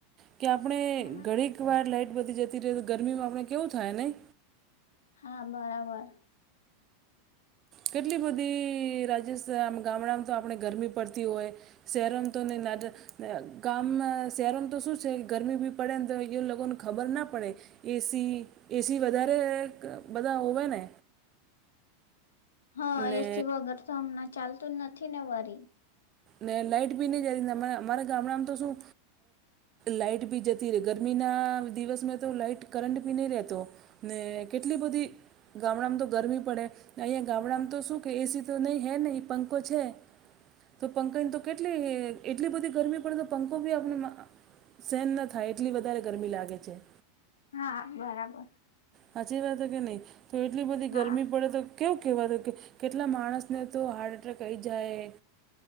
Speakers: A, on the right; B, on the left.
A: કે આપણે
B: હા
A: ઘણી એક વાર લાાઈટ બધી જતી રહે તો ગરમીમાં આપણે કેવું થાય નહી?
B: હા બરાબર.
A: કેટલી બધી રાજસ્થાન ગામડામાં તો આપણે ગરમી પડતી હોય. શેરોમ તો ની આજે ગામ શહેરોનું તો શું છે ગરમી બી પડે ને તો એ લોકોને ખબર ના પડે. એ સી એ સી વધારે બધા હોવે ને.
B: હા
A: ને
B: એસી વગર તો હમણાં ચાલતું જ નથી ને વરી.
A: ને લાઈટ બી ની જાય અમારા ગામડામ તો શું. લાાઈટ ભી જતી રેય ગરમીના દિવસમાં તો લાઈટ કરંટ ભી નહી રહેતો. ને કેટલી બધી ગામડામાં તો ગરમી પડે, અહિયાં ગામડામાં તો શું કે એ સી તો નહી હૈ નહીં પંખો છે. તો પંખાની તો કેટલી એટલી બધી ગરમી પડે તો પંખ બી આપણાને સહેન ના થાય એટલી વધારે ગરમી લાગે છે.
B: હા બરાબર.
A: સાચી વાત હે કે ની, તો એટલી બધી
B: હા
A: ગરમી પડે તો કેવા કે, કેટલા માણસને તો હાર્ટ એટેક કહી જાય.